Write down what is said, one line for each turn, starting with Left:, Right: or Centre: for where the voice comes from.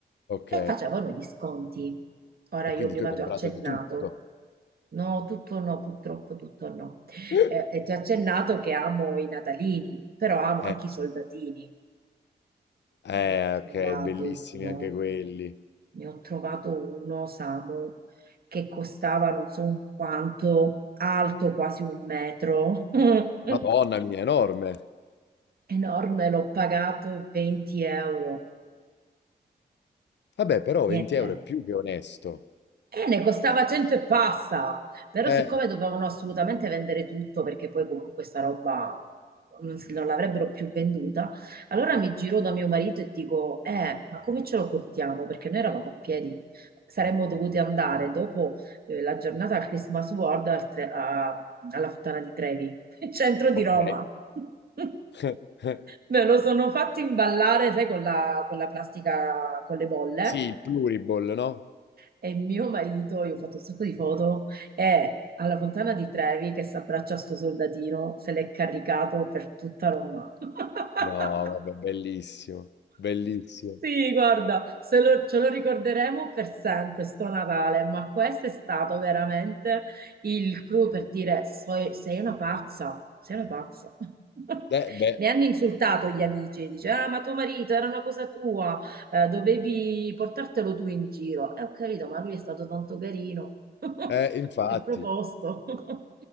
Left: ok.
Right: e facevano gli sconti. Ora
Left: E
Right: io
Left: quindi
Right: prima
Left: tu hai comprato
Right: ti ho accennato.
Left: di tutto.
Right: No, tutto no, purtroppo tutto no.
Left: <laughs>
Right: E, e ti ho accennato che amo i natalini, però amo
Left: Eh,
Right: anche i
Left: sì.
Right: soldatini.
Left: eh,
Right: Ne ho
Left: ok,
Right: trovato
Left: bellissimi
Right: uno.
Left: anche quelli.
Right: Ne ho trovato uno, Samu, che costava non so quanto, alto quasi un metro, <laughs>
Left: Madonna mia, enorme.
Right: enorme, l'ho pagato 20 euro.
Left: Vabbè, però
Right: Niente.
Left: 20 euro è più che onesto.
Right: E ne costava 100 e passa, però
Left: Eh,
Right: siccome dovevano assolutamente vendere tutto perché poi comunque sta roba non, s- non l'avrebbero più venduta, allora mi giro da mio marito e dico, eh, ma come ce lo portiamo? Perché noi eravamo a piedi, saremmo dovuti andare dopo eh, la giornata al Christmas World al Tre- a- alla Fontana di Trevi, <laughs> centro di
Left: ok.
Right: Roma. <laughs>
Left: <laughs>
Right: Me lo sono fatto imballare, sai, con la, con la plastica con le bolle.
Left: Sì, il pluriball, no?
Right: E mio marito, io ho fatto un sacco di foto, è alla Fontana di Trevi che si abbraccia a sto soldatino, se l'è caricato per tutta Roma. <laughs>
Left: No, vabbè, bellissimo, bellissimo.
Right: Sì, guarda, se lo- ce lo ricorderemo per sempre, sto Natale, ma questo è stato veramente il clou per dire "So- sei una pazza, sei una pazza. <laughs>
Left: Eh, beh,
Right: Mi hanno insultato gli amici, dice, ah, ma tuo marito era una cosa tua, eh, dovevi portartelo tu in giro. E ho capito, ma lui è stato tanto carino, <laughs>
Left: eh, infatti.
Right: è proposto. <laughs>